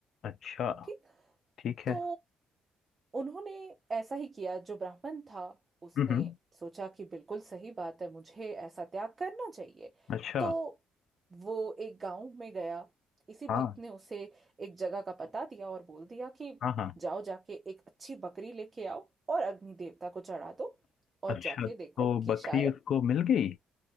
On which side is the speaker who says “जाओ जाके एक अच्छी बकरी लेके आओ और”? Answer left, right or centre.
Right